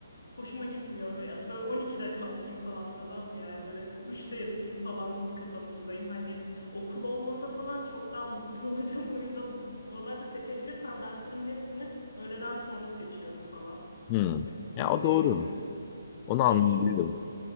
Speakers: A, on the left; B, on the left.
A: hoşuma gitmiyor. Ve Böyle 12'de kalkayım falan tamam mı? Yani böyle 3'te yatayım falan kafasındayım. Hani Okul olmasa falan çok daha mutlu <laughs> olacağım. O yüzden normalde seçebilirsem derslerimin hepsini öğleden sonra seçiyorum falan.
B: Hmm.
A: E, bu
B: Ya
A: şekilde
B: o doğru.
A: yaşıyorum.
B: Onu anlayabiliyorum.
A: Ya hiç